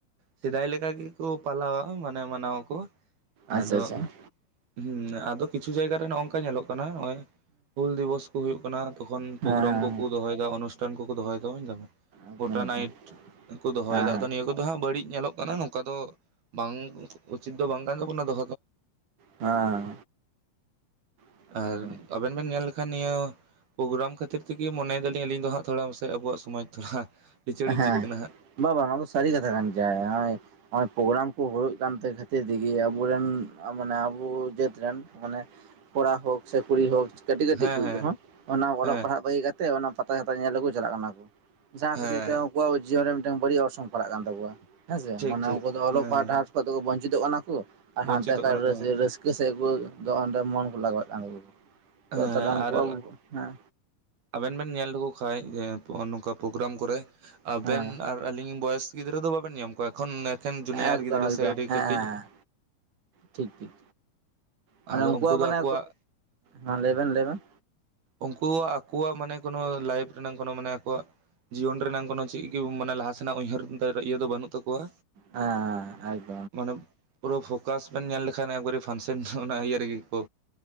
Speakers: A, on the right; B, on the right.
A: ᱥᱮᱫᱟᱭ ᱞᱮᱠᱟ ᱜᱮᱠᱚ ᱯᱟᱞᱟᱣᱟ ᱢᱟᱱᱮ ᱢᱟᱱᱟᱣᱟ ᱠᱚ ᱟᱫᱚ
B: ᱟᱪᱪᱷᱟ ᱟᱪᱪᱷᱟ ᱦᱮᱸ
A: ᱦᱩ ᱟᱫᱚ ᱠᱤᱪᱷᱩ ᱡᱟᱭᱜᱟᱨᱮ ᱱᱚᱜᱝᱠᱟ ᱧᱮᱞᱚᱜ ᱠᱟᱱᱟ ᱱᱚᱜ ᱚᱭ ᱦᱩᱞ ᱫᱤᱵᱚᱥ ᱦᱩᱭᱩᱜ ᱠᱟᱱᱟ ᱛᱚᱠᱷᱚᱱ ᱯᱨᱳᱜᱨᱟᱢ
B: ᱦᱮᱸ ᱦᱮᱸ
A: ᱠᱚᱠᱚ ᱫᱚᱦᱚᱭᱮᱫᱟ ᱚᱱᱩᱥᱴᱷᱟᱱ ᱠᱚᱠᱚ ᱫᱚᱦᱚᱭᱮᱫᱟ ᱵᱩᱡ ᱫᱟᱵᱮᱱ
B: ᱮᱠᱫᱚᱢ
A: ᱜᱚᱴᱟ
B: ᱮᱠᱫᱚᱢ
A: ᱱᱟᱭᱤᱴ ᱠᱚ ᱫᱚᱦᱚᱭᱮ
B: ᱦᱮᱸ
A: ᱫᱟ ᱟᱫᱚ ᱱᱤᱭᱟᱹ ᱠᱚᱫᱚ ᱦᱟᱸᱜ ᱵᱟᱹᱲᱤᱡ ᱧᱮᱞᱚᱜ ᱠᱟᱱᱟ ᱱᱚᱝᱠᱟ ᱫᱚ ᱵᱟᱝ ᱩᱪᱤᱛ ᱫᱚ ᱵᱟᱝ ᱠᱟᱱ ᱛᱟᱵᱚᱱᱟ ᱫᱚ
B: ᱦᱮᱸ ᱦᱮᱸ
A: ᱟᱨ
B: ᱮᱠᱫᱚᱢ
A: ᱟᱵᱮᱱ ᱵᱮᱱ ᱧᱮᱞ ᱞᱮᱠᱷᱟᱱ ᱱᱤᱭᱟᱹ ᱯᱨᱜᱨᱟᱢ ᱠᱷᱟᱹᱛᱤᱨ <inaudible> ᱢᱚᱱᱮᱭ ᱫᱟᱞᱤᱧ ᱟᱹᱞᱤᱧ ᱫᱚ ᱦᱟᱸᱜ ᱛᱷᱚᱲᱟ ᱥᱮ ᱟᱵᱚᱣᱟᱜ ᱥᱚᱢᱟᱡᱽ ᱛᱷᱚᱲᱟ ᱞᱤᱪᱟᱹᱲ ᱤᱫᱤᱜ
B: ᱦᱮᱸ
A: ᱠᱟᱱᱟ ᱦᱟᱸᱜ
B: ᱵᱟ ᱵᱟ ᱱᱚᱶᱟ ᱫᱚ ᱥᱟᱨᱤ ᱠᱟᱛᱷᱟ ᱠᱟᱱ ᱜᱮᱭᱟ ᱟᱨ ᱯᱨᱳᱜᱨᱟᱢ ᱠᱚ ᱦᱩᱭᱩᱜ ᱠᱟᱱᱛᱮ ᱠᱷᱟᱹᱛᱤᱨ ᱛᱮᱜᱮ ᱟᱵᱚᱨᱮᱱ ᱢᱟᱱᱮ ᱟᱵᱚ ᱡᱟᱹᱛ ᱨᱮᱱ ᱢᱟᱱᱮ ᱠᱚᱲᱟ ᱦᱳᱠ ᱥᱮ ᱠᱩᱲᱤ ᱦᱳᱠ ᱠᱟᱹᱴᱤᱡ ᱠᱟᱹᱴᱤᱡ
A: ᱦᱮᱸ
B: ᱠᱚ
A: ᱦᱮᱸ
B: ᱦᱚᱸ ᱚᱱᱟ ᱚᱞᱚᱜ
A: ᱦᱮᱸ
B: ᱯᱟᱲᱦᱟᱜ ᱵᱟᱹᱜᱤ ᱠᱟᱛᱮᱜ ᱚᱱᱟ ᱯᱟᱛᱟ ᱪᱷᱟᱛᱟ ᱧᱮᱞ ᱜᱮᱠᱚ ᱪᱟᱞᱟᱜ ᱠᱟᱱᱟ ᱠᱚ ᱡᱟᱦᱟᱸ
A: ᱦᱮᱸ
B: ᱠᱷᱟᱹᱛᱤᱨ ᱛᱮ ᱩᱱᱠᱩᱣᱟᱜ ᱡᱤᱭᱚᱱ ᱨᱮ ᱢᱤᱫᱴᱟᱱ ᱵᱟᱹᱲᱤᱡ ᱚᱨᱥᱚᱝ ᱯᱟᱲᱟᱜ ᱠᱟᱱ ᱛᱟᱠᱚᱳᱣᱟ ᱦᱮᱸᱥᱮ
A: ᱴᱷᱤᱠ
B: ᱢᱟᱱᱮ
A: ᱴᱷᱤᱠ
B: ᱩᱱᱠᱩ ᱫᱚ ᱚᱞᱚᱜ
A: ᱦᱮᱸ
B: ᱯᱟᱲᱦᱟᱜ
A: ᱦᱮᱸ
B: ᱦᱟᱴ ᱠᱷᱚᱱ ᱫᱚᱠᱚ ᱵᱚᱧᱪᱤᱛᱚᱜ ᱠᱟᱱᱟ ᱠᱚ ᱟᱨ
A: ᱵᱚᱧᱪᱤᱛᱚᱜ
B: ᱦᱟᱱᱛᱮ ᱟᱠᱟᱨᱮ
A: ᱠᱟᱱᱟ ᱠᱚ ᱦᱮᱸ
B: ᱨᱟᱹᱥᱠᱟᱹ ᱪᱤᱠᱟᱹ ᱥᱮᱫ <inaudible> ᱚᱸᱰᱮ ᱢᱚᱱ ᱠᱚ ᱞᱟᱜᱟᱣᱮᱫ ᱠᱟᱱ ᱛᱟᱠᱚ
A: ᱦᱮᱸ
B: ᱛᱚ ᱛᱟᱦᱚᱞᱮ ᱩᱱᱠᱩ
A: ᱟᱨ
B: ᱦᱮᱸ
A: ᱟᱵᱮᱱ ᱵᱮᱱ ᱧᱮᱞ ᱞᱮᱠᱚ ᱠᱷᱟᱱ ᱡᱮ ᱱᱚᱝᱠᱟ ᱯᱨᱳᱜᱨᱟᱢ ᱠᱚᱨᱮ ᱟᱵᱮᱱ
B: ᱦᱮᱸ
A: ᱟᱹᱞᱤᱧ ᱵᱚᱭᱮᱥ ᱜᱤᱫᱽᱨᱟᱹ ᱫᱚ ᱵᱟᱵᱮᱱ ᱧᱟᱢ ᱠᱚᱣᱟ ᱮᱠᱷᱚᱱ ᱮᱠᱷᱮᱱ ᱡᱩᱱᱤᱭᱟᱨ
B: ᱮᱠᱫᱚᱢ
A: ᱜᱤᱫᱽᱨᱟᱹ
B: ᱮᱠᱫᱚᱢ
A: ᱥᱮ ᱟᱹᱰᱤ
B: ᱦᱮᱸ
A: ᱠᱟᱹᱴᱤᱡ
B: ᱴᱷᱤᱠ ᱴᱷᱤᱠ ᱢᱟᱱᱮ
A: ᱟᱫᱚ
B: ᱩᱱᱠᱩᱣᱟᱜ
A: ᱩᱱᱠᱩ ᱫᱚ
B: ᱢᱟᱱᱮ
A: ᱟᱠᱚᱣᱟᱜ
B: ᱦᱮᱸ ᱞᱟᱹᱭᱵᱮᱱ ᱞᱟᱹᱭᱵᱮᱱ
A: ᱩᱱᱠᱩ ᱟᱠᱚᱣᱟᱜ ᱢᱟᱱᱮ ᱠᱚᱱᱚ ᱞᱟᱭᱤᱯᱷ ᱨᱮᱱᱟᱜ ᱠᱱᱚ ᱢᱟᱱᱮ ᱟᱠᱚᱣᱟᱜ ᱡᱤᱭᱚᱱ ᱨᱮ ᱨᱮᱱᱟᱜᱝ ᱠᱳᱱᱚ ᱪᱮᱫ ᱜᱮ ᱢᱟᱱᱮ ᱞᱟᱦᱟ ᱥᱮᱱᱟᱜ ᱩᱭᱦᱟᱹᱨ ᱤᱭᱟᱹ ᱫᱚ ᱵᱟᱹᱱᱩᱜ ᱛᱟᱠᱚᱣᱟ
B: ᱦᱮ ᱟᱭᱛ
A: ᱢᱟᱱᱮ ᱯᱩᱨᱟᱹ ᱯᱷᱳᱠᱟᱥ ᱵᱮᱱ ᱧᱮᱞ ᱞᱮᱠᱷᱟᱱ ᱮᱠᱵᱟᱨᱮ ᱯᱷᱟᱱᱥᱮᱱ ᱚᱱᱟ ᱤᱭᱟᱹ ᱨᱮᱜᱮ ᱠᱚ